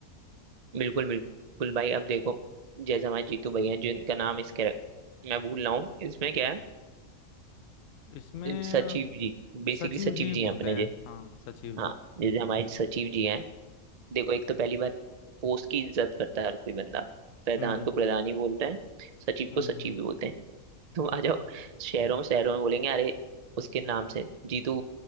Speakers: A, on the right; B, on the left.
A: बिल्कुल बिल्कुल भाई अब देखो जैसे हमारे जीतू भैया हैं जिनका नाम इस कैरेक्टर मैं भूल रहा हूँ इसमें क्या
B: इसमें
A: है सचिव जी बेसिकली
B: सचिव
A: सचिव
B: जी
A: जी
B: बोलते
A: हैं अपने
B: हैं
A: जे
B: हाँ सचिव
A: हाँ
B: जी
A: जैसे हमारे सचिव जी हैं देखो एक तो पहली बात पोस्ट की इज्जत करता है हर कोई बंदा प्रधान
B: हम्म
A: को प्रधान ही बोलते हैं सचिव
B: हम्म
A: को सचिव ही बोलते हैं <laughs> तुम आ जाओ शहरों में शहरों में बोलेंगे अरे उसके नाम से जीतू